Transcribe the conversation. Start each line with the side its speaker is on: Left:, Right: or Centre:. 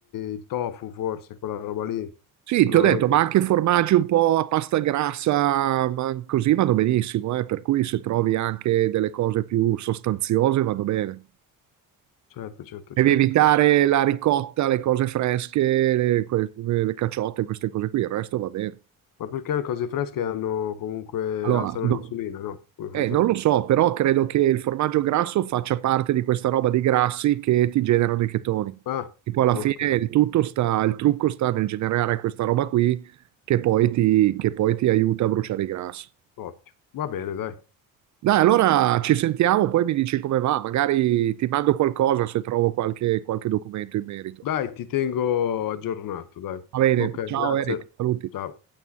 Left: il tofu forse, quella roba lì.
Right: Sì,
Left: Però
Right: ti ho
Left: non
Right: detto,
Left: è che...
Right: ma anche formaggi un po' a pasta grassa, ma così vanno benissimo, eh, per cui se trovi anche delle cose più sostanziose vanno bene.
Left: Certo, certo,
Right: Devi
Left: certo.
Right: evitare la ricotta, le cose fresche, le, que- le caciotte, queste cose qui, il resto va bene.
Left: Ma perché le cose fresche hanno comunque
Right: Allora,
Left: alzano
Right: no-
Left: l'insulina, no? Come
Right: eh,
Left: funziona?
Right: non lo so, però credo che il formaggio grasso faccia parte di questa roba di grassi che ti generano i chetoni.
Left: Ah,
Right: E poi alla
Left: ok,
Right: fine il tutto sta, il trucco sta nel generare questa roba qui che poi ti, che poi ti aiuta a bruciare i grassi.
Left: ottimo. Va bene, dai.
Right: Dai, allora ci sentiamo, poi mi dici come va, magari ti mando qualcosa se trovo qualche qualche documento in merito.
Left: Dai, ti tengo aggiornato, dai.
Right: Va bene,
Left: Ok,
Right: ciao
Left: grazie.
Right: Eric, saluti.
Left: Ciao.